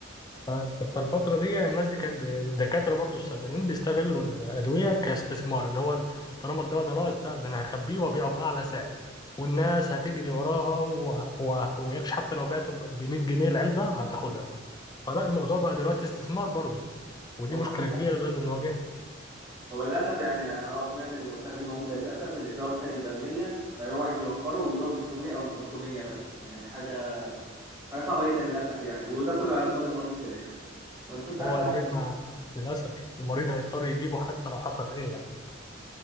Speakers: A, on the left; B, on the right.
A: ف- فالفترة دي الناس دي كانت ب- الدكاترة برضو الصيدليين بيستغلوا الأدوية كاستثمار اللي هو ال- طالما الدواء ده ناقص ده ده أنا هخبيه وأبيعه بأعلى سعر والناس هتجري وراها و- و- ويكش حتى لو بعته ب 100 جنيه العلبة هتاخدها فلا الموضوع بقى دلوقتي استثمار برضو ودي
B: هو
A: مشكلة
B: يعني
A: كبيرة لازم نواجهها
B: هو للاسف يعني انا اه سمعت ان المساحه دي موجوده للاسف ان الدواء مثلا يبقى ب 100 فيروح واحد يوفره ويبيعه ب 300 او ب 500 مثلا يعني حاجه حاجه صعبه جدا للاسف يعني وده كله على دماغ المريض في الاخر انا شفت
A: هو
B: حتى
A: المريض
B: واحد
A: ما للأسف المريض هيضطر يجيبه حتى لو حصل إيه يعني